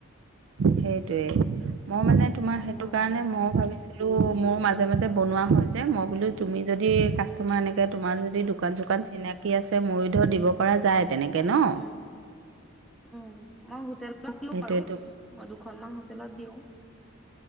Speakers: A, on the right; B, in the centre.
A: সেইটোৱেই, মই মানে তোমাৰ
B: টাইমৰ
A: সেইটো
B: অভাৱৰ
A: কাৰণে মই ভাবিছিলো মোৰ মাজে মাজে বনোৱা হয় যে মই বোলো তুমি যদি কাষ্টামাৰ এনেকে তোমাৰ যদি দোকান -চোকান চিনাকি আছে, ময়ো ধৰ দিব পাৰা যায় তেনেকে ন।
B: উম উম মই হোটেলত দিও
A: সেইটোৱেতো
B: বাৰু আৰু মই দুখনমান হোটেলত দিওঁ।